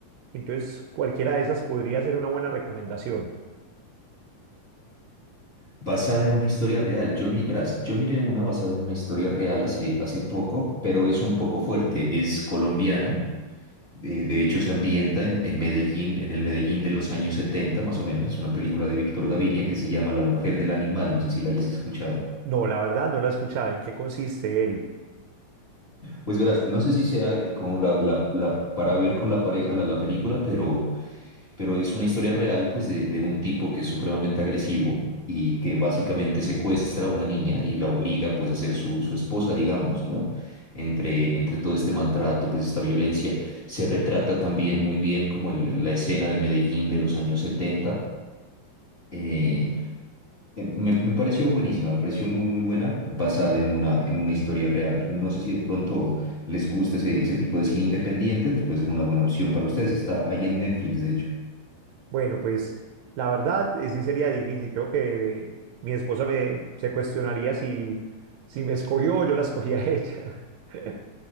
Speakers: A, on the right; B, on the left.
A: Entonces cualquiera de esas podría ser una buena recomendación.
B: Basada en una historia real. Yo, mi- verás, yo miré una basada en una historia real hace, hace poco, pero es un poco fuerte. Es colombiana. De de hecho, se ambienta en, en Medellín, en el Medellín de los años 70, más o menos. Es una película de Víctor Gaviria que se llama La Mujer del Animal. No sé si la hayas escuchado.
A: No, la verdad no la he escuchado. ¿En qué consiste, Eri?
B: Pues verás, no sé si sea como la, la- la- para ver con la pareja la, la película, pero, pero es una historia real pues de, de un tipo que es supremamente agresivo y que básicamente secuestra a una niña y la obliga pues a ser su, su esposa, digamos, ¿no? Entre, entre todo este maltrato, pues esta violencia, se retrata también muy bien como el- la escena de Medellín de los años 70. eh, eh, Me, me pareció buenísima, me pareció muy, muy buena, basada en una, en una historia real. No sé si de pronto les gusta ese, ese tipo de cine independiente, pues puede ser una buena opción para ustedes. Está ahí en Netflix, de hecho.
A: Bueno, pues la verdad eh, sí sería difícil. Creo que mi esposa me, se cuestionaría si, si me escogió o yo la escogí a ella. <laughs>